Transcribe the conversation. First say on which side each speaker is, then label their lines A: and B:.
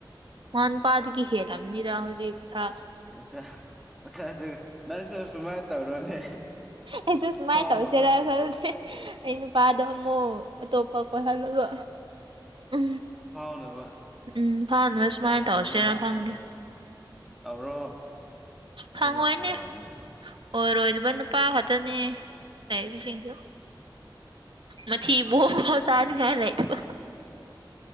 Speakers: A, on the right; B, in the centre.
A: ꯃꯟ ꯄꯗꯦ ꯀ ꯈꯦꯂꯅꯤꯗ ꯍꯧꯖꯤꯛ ꯁꯥ
B: ꯑꯣꯁꯥ ꯑꯣꯁꯥꯗꯨ ꯅꯪꯁꯨ ꯁꯨꯃꯥꯏꯅ ꯇꯧꯔꯣꯅꯦ
A: ꯑꯩꯁꯨ ꯁꯨꯃꯥꯏꯅ
B: ꯐꯥꯎꯅꯕ
A: ꯇꯧꯁꯤꯦꯔ ꯈꯜꯦ ꯑꯩ ꯅꯨꯄꯥꯗꯣ ꯑꯃꯨꯛ ꯑꯇꯣꯞꯄ ꯀꯣꯏꯍꯜꯂꯒ ꯎ
B: ꯐꯥꯎꯅꯕ
A: ꯎꯝ ꯐꯪꯅꯕꯕ ꯁꯨꯃꯥꯏꯅ
B: ꯌꯥꯝ
A: ꯇꯧꯔꯁꯤꯔꯥ
B: ꯐꯪꯅꯕ
A: ꯐꯪꯗꯦ
B: ꯇꯧꯔꯣ ꯑꯗꯨꯅ
A: ꯐꯪꯉꯣꯏꯅꯦ
B: ꯐꯔꯕꯅꯦ꯫
A: ꯑꯣꯏꯔꯣꯏꯗꯕ ꯅꯨꯄꯥ ꯈꯛꯇꯅꯤ ꯂꯩꯔꯤꯕꯁꯤꯡꯁꯨ ꯃꯊꯤꯕꯣꯛ ꯐꯤꯘ ꯆꯥꯅꯥꯡꯉꯥꯢ ꯂꯩꯇꯕ